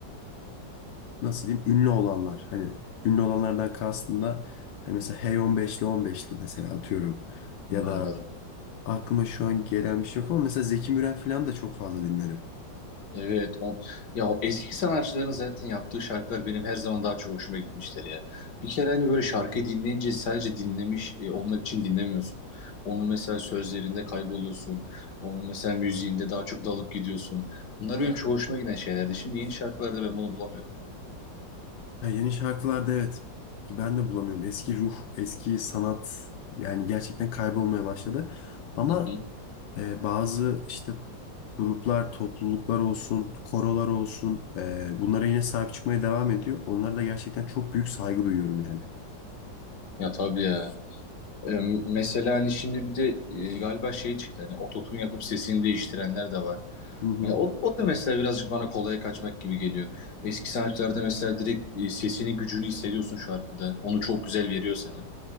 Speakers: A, on the left; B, on the left.
A: nasıl diyeyim ünlü olanlar. Hani ünlü olanlardan kastım da hani mesela Hey 15'li 15'li mesela atıyorum.
B: hı,
A: Ya da
B: anladım.
A: aklıma şu an gelen bir şey yok ama mesela Zeki Müren falan da çok fazla dinlerim.
B: Evet o ya o eski sanatçıların zaten yaptığı şarkılar benim her zaman daha çok hoşuma gitmiştir ya. Bir kere hani böyle şarkıyı dinleyince sadece dinlemiş e, olmak için dinlemiyorsun. Onu mesela sözlerinde kayboluyorsun. Onu mesela müziğinde daha çok dalıp gidiyorsun. Bunlar benim çok hoşuma giden şeylerdi. Şimdi yeni şarkılarda ben bunu bulamıyorum.
A: Ya yeni şarkılarda evet ben de bulamıyorum. Eski ruh, eski sanat yani gerçekten kaybolmaya başladı. Ama
B: Hı hı.
A: e, bazı işte gruplar, topluluklar olsun, korolar olsun e, bunlara yine sahip çıkmaya devam ediyor. Onlara da gerçekten çok büyük saygı duyuyorum yani.
B: Ya tabii ya. E, mesela hani şimdi bir de e, galiba şey çıktı hani ototun yapıp sesini değiştirenler de var.
A: Hı hı.
B: E, o, o da mesela birazcık bana kolaya kaçmak gibi geliyor. Eski sanatçılarda mesela direkt e, sesini gücünü hissediyorsun şarkıda. Onu çok güzel veriyor sana.